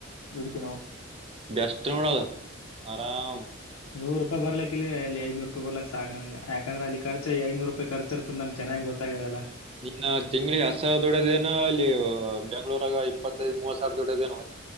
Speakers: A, on the left; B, on the right.
A: ದುಡತಿವಿ ನಾವು,
B: ವ್ಯಸ್ತ ಮಾಡಡದ ಆರಾಮ.
A: ನೂರು ರೂಪಾಯಿರ್ಲಕ್ಕ ಇಲ್ಲಿ ಅ ಐನೂ ರೂಪಿ ಬರ್ಲಿ ಸಾಕ್ಮಗೆ ಯಾಂದ್ರೆ ಅ ಖರ್ಚಐನೂ ರೂಪಾಯ್. ನಮ್ ಚೆನ್ನಾಗಿ ಗೊತ್ತಾಗದಲ್ಲ.
B: ನಿನ್ನ ತಿಂಗಳಿ ಹತ್ ಸಾವಿರ ದುಡ್ಡೋದೇನನು ಅಲ್ಲಿ ಬೆಂಗ್ಳೂರಾಗ ಇಪ್ಪತ್ತೈದು ಮೂರ್ ಸಾವಿರ ದೊಡ್ಡದೇನು.